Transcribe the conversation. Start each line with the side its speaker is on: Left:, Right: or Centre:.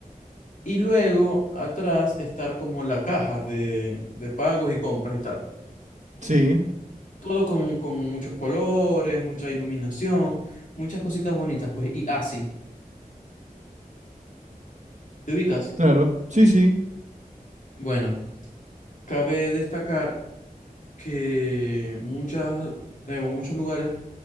Left: y luego atrás estar como la caja de, de pagos y compras y tal.
Right: Sí.
Left: Todo con, con muchos colores, mucha iluminación, muchas cositas bonitas, pues, y así, ¿te ubicas?
Right: Claro, sí, sí,
Left: Bueno, cabe destacar que muchas, digo, muchos lugares